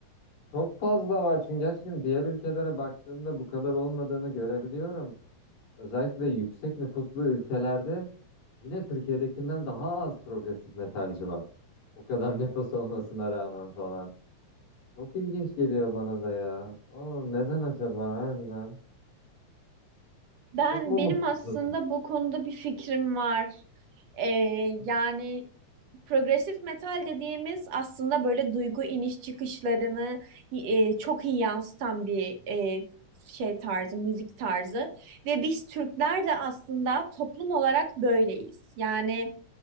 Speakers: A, on the left; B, on the right.
A: Çok fazla var çünkü gerçekten diğer ülkelere baktığımda bu kadar olmadığını görebiliyorum. Özellikle yüksek nüfuslu ülkelerde Yine Türkiye'dekinden daha az progresif metalci var. O kadar <laughs> nüfus olmasına rağmen falan. Çok ilginç geliyor bana da ya. Aa, neden acaba harbiden?
B: Ben
A: Çok mu
B: benim
A: mutsuzuz?
B: aslında bu konuda bir fikrim var. Ee,
A: <laughs>
B: yani. Progresif metal dediğimiz aslında böyle duygu iniş çıkışlarını e, çok iyi yansıtan bir e, şey tarzı, müzik tarzı. Ve biz Türkler de aslında toplum olarak böyleyiz. Yani